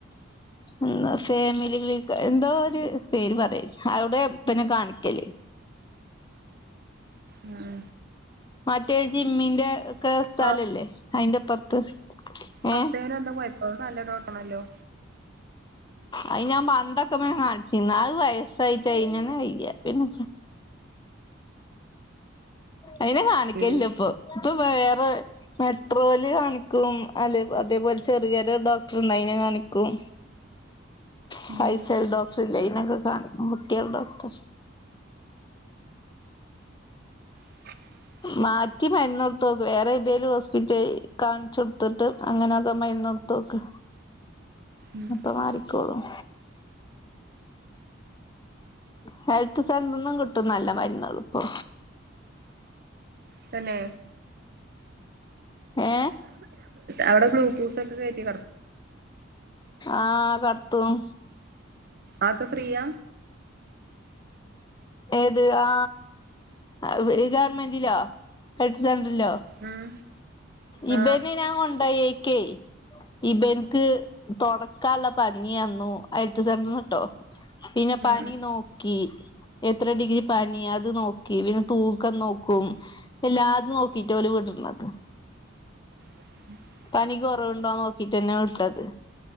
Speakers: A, on the left (about 20°); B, on the right (about 55°).
A: ഇന്ന് ഫേമിലികളിൽ ക്ക് എന്തോ ഒരു പേര് പറയ് അവിടെ പിന്നെ കാണിക്കല്
B: ഉം
A: മറ്റേ ജിമ്മിന്റെ ക്കെ സ്ഥല
B: ആ
A: ഇല്ലേ അയിന്റെ ഇപ്പറത്ത്
B: വാസുദേവന്
A: ഏ
B: എന്താ കൊഴപ്പം നല്ല ഡോക്ടറാണല്ലോ
A: അയ് ഞാൻ പണ്ടൊക്കെ പേ കാണിച്ചിന്ന് അത് വയസ്സായിട്ടയിനന്ന് വയ്യ പിന്നെ അയ്നെ കാണിക്കല്ല
B: ഉം
A: ഇപ്പം ഇപ്പം വേറെ മെട്രോല് കാണിക്കും അല്ലെ അതേപോലെ ചെറിയൊരു ഡോക്ടറ്ണ്ട് അയിനെ കാണിക്കും ഫൈസൽ
B: ഉം
A: ഡോക്ടർ ഇല്ലേ അയിനെ ആ കുട്ടികളെ ഡോക്ടർ
B: <inaudible>
A: മാറ്റി മരുന്ന് കൊടുത്ത് നോക്കും വേറെ ഏതേലും ഹോസ്പിറ്റ കാണിച്ച കൊടുത്തിട്ട് അങ്ങനെയൊക്കെ മരുന്ന് തോക്ക്
B: ഉം
A: അപ്പൊ മാറിക്കോളും ഹെൽത്ത് സെൻ്റർന്നും കിട്ടും ന്നല്ല മരുന്നുകൾ ഇപ്പൊ
B: തന്നെ
A: ഏ
B: അവിടെ കുൽക്കൂസൊക്കെ കേട്ടി
A: ആ കട്ത്തും
B: ആക്ക ഫ്രീയ
A: ഏത് ആ <unintelligible> മന്റിലോ എക്സൻണ്ടറിലോ
B: ഉം
A: ഇബെന്നെ
B: ആഹ്
A: ഞാൻ കൊണ്ടായി ഏ കെ ഇപ്പനിക്ക് തുടക്കുള്ള പഞ്ചാബ് തന്നു ഹെൽത്ത് സെന്ററിന് ഇട്ടോ പിന്നെ
B: ഉം
A: പനി
B: ഉം
A: നോക്കി എത്ര ഡിഗ്രി പനി അത് നോക്കി പിന്നെ തൂക്കം നോക്കും എല്ലാതും നോക്കിട്ട്ഓല വിടുന്നത്
B: <inaudible>
A: എനിക്ക് കുറവുണ്ടോന്ന് നോക്കിട്ട്ന്നെ വിടുത്തത്